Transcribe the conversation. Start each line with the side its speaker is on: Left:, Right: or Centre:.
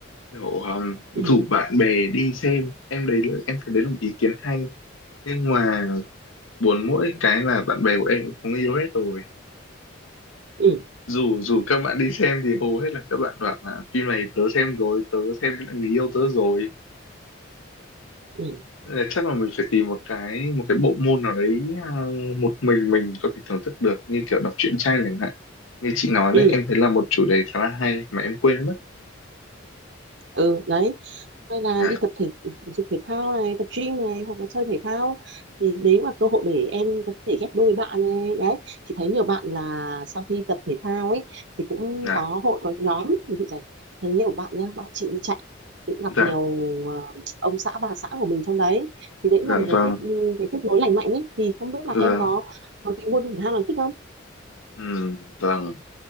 Left: kiểu um, rủ
Right: ừ
Left: bạn bè đi xem, em đấy là- em thấy đấy là một ý kiến hay. Nhưng mà buồn mỗi cái là bạn bè của em cũng có người yêu hết rồi.
Right: ừ
Left: Dù dù các bạn đi xem thì hầu hết là các bạn bảo là phim này tớ xem rồi, tớ xem với lại người yêu tớ rồi.
Right: ừ
Left: Nên chắc là mình phải tìm một cái một cái bộ môn nào đấy à, một mình mình có thể thưởng thức được như kiểu đọc truyện tranh chẳng hạn như chị nói
Right: ừ
Left: đấy em thấy là một chủ đề khá là hay mà em quên mất
Right: ừ đấy hay là
Left: dạ
Right: đi tập thể thể dục thể thao này tập gym này hoặc là chơi thể thao thì đấy cũng là cơ hội để em có thể ghép đôi bạn này đấy chị thấy nhiều bạn là sau khi tập thể thao ấy thì cũng
Left: dạ
Right: có hội có nhóm ví dụ vậy chị thấy nhiều bạn nhá bạn chị đi chạy thì cũng gặp
Left: dạ
Right: nhiều ờ, ông xã bà xã của mình trong đấy thì đấy
Left: dạ
Right: cũng là một cái
Left: vâng
Right: kết cái kết nối lành mạnh ấy thì không biết
Left: dạ,
Right: là em có có cái môn thể thao nào thích không
Left: ừm, vâng